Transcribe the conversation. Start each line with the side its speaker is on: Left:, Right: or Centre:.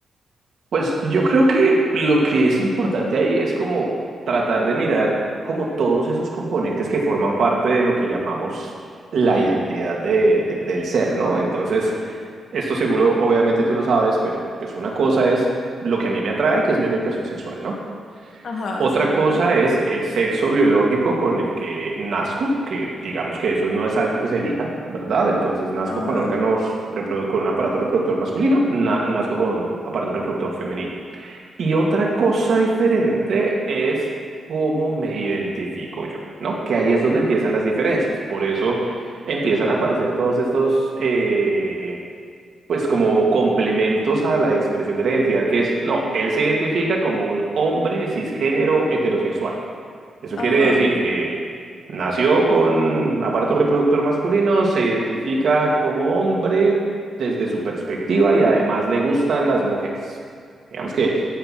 Right: Pues yo creo que lo que es importante ahí es como tratar de mirar como todos esos componentes que forman parte de lo que llamamos la identidad de, de- del ser, ¿no? Entonces, esto seguro, obviamente tú lo sabes, pero pues una cosa es lo que a mí me atrae, que es mi orientación sexual, ¿no?
Left: Ajá,
Right: Otra
Left: sí, claro.
Right: cosa es el sexo biológico con el que nazco, que digamos que eso no es algo que se elija, ¿verdad? Entonces nazco
Left: Ajá,
Right: con órganos, reprodu- con un aparato reproductor masculino, na- nazco con un aparato reproductor femenino. Y otra cosa diferente es cómo me identifico yo, ¿no? Que ahí es donde empiezan las diferencias. Por eso empiezan a aparecer todos estos, eh, pues como complementos a la expresión de la identidad, que es, no, él se identifica como un hombre cisgénero heterosexual. Eso
Left: ajá,
Right: quiere decir que nació con aparato reproductor masculino, se identifica como hombre desde su perspectiva y además le gustan las mujeres. Digamos que...